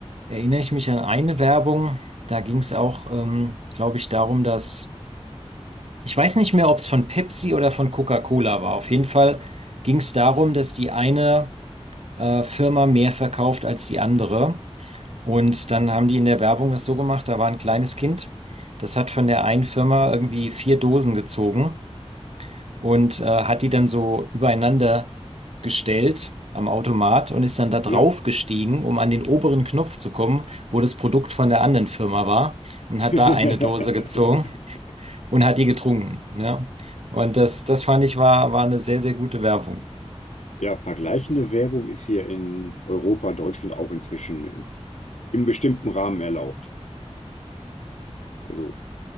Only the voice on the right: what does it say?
äh, erinnere ich mich an eine Werbung, da ging's auch, ähm, glaube ich, darum, dass, ich weiß nicht mehr, ob's von Pepsi oder von Coca-Cola war. Auf jeden Fall ging's darum, dass die eine äh, Firma mehr verkauft als die andere. Und dann haben die in der Werbung das so gemacht, da war ein kleines Kind, das hat von der einen Firma irgendwie vier Dosen gezogen und äh, hat die dann so übereinander gestellt am Automat und ist dann da drauf
gestiegen, um an den oberen Knopf zu kommen, wo das Produkt von der anderen Firma war und
hat da eine Dose gezogen und hat die getrunken. Ja. Und das, das fand ich war, war eine sehr, sehr gute Werbung.